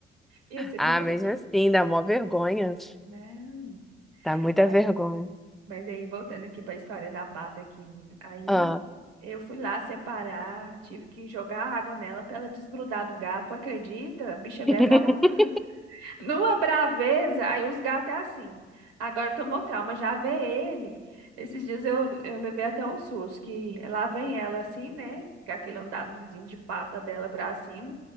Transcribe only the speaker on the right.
Ia ser
divertido.
Não.
Mas,
mas aí, voltando aqui para a história da pata aqui, menina. Aí
eu fui lá separar, tive que jogar água nela para ela desgrudar do gato. Acredita? A bicha velha
tava <laughs> numa braveza. Aí os gatos é assim. Agora tomou trauma, já vê ele. Esses dias eu, eu levei até um susto, que lá vem ela assim, né? Com aquele andadozinho de pata dela pra cima.